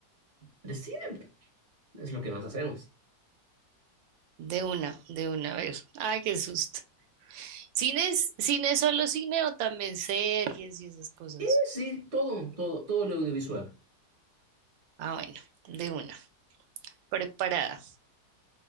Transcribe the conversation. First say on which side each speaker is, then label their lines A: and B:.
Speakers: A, on the right; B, on the right.
A: De cine, es lo que más hacemos.
B: De una, de una, a ver. Ay, qué susto. ¿Cines? ¿Cine es solo cine o también series y esas cosas?
A: Eh, sí, todo, todo, todo lo audiovisual.
B: Ah, bueno, de una. Preparada.